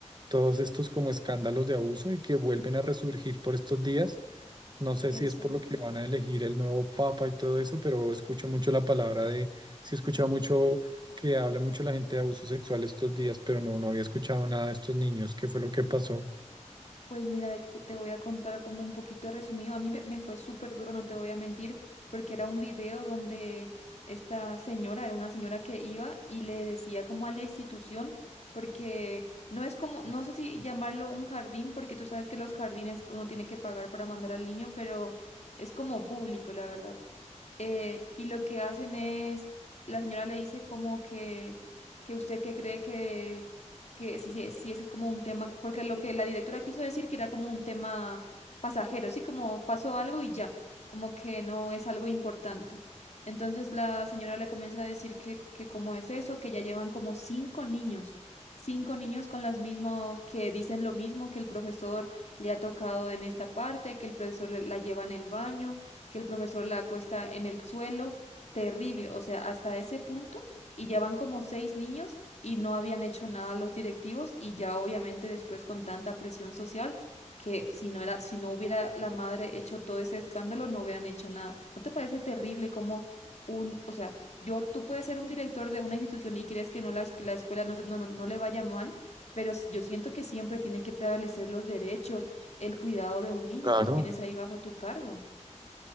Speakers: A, on the right; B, on the left.
A: todos estos como escándalos de abuso y que vuelven a resurgir por estos días. No sé
B: exacto.
A: si es por lo que van a elegir el nuevo papa y todo eso, pero escucho mucho la palabra de, sí he escuchado mucho que habla mucho la gente de abuso sexual estos días, pero no, no había escuchado nada de estos niños, qué fue lo que pasó.
B: Pues mira, de- cu- te voy a contar como un poquito resumido. A mí me me fue súper duro, no te voy a mentir, porque era un video donde esta señora, era una señora que iba y le decía como a la institución, porque no es como, no sé si llamarlo un jardín, porque tú sabes que los jardines uno tiene que pagar para mandar al niño, pero es como público, la verdad eh, y lo que hacen es, la señora le dice como que, que usted que cree que, que si, si, si eso es como un tema, porque lo que la directora quiso decir que era como un tema pasajero, sí, como pasó algo y ya, como que no es algo importante. Entonces la señora le comienza a decir que, que cómo es eso, que ya llevan como cinco niños, cinco niños con las mismas, que dicen lo mismo, que el profesor le ha tocado en esta parte, que el profesor le- la lleva en el baño que el profesor la acuesta en el suelo, terrible, o sea, hasta ese punto, y ya van como seis niños y no habían hecho nada los directivos y ya obviamente después con tanta presión social que si no era, si no hubiera la madre hecho todo ese escándalo, no hubieran hecho nada. ¿No te parece terrible como un, o sea, yo, tú puedes ser un director de una institución y crees que no la, es- la escuela no, se- no, no, no le vaya mal, pero s- yo siento que siempre tiene que prevalecer los derechos, el cuidado de un niño
A: claro
B: que tú tienes ahí bajo tu cargo.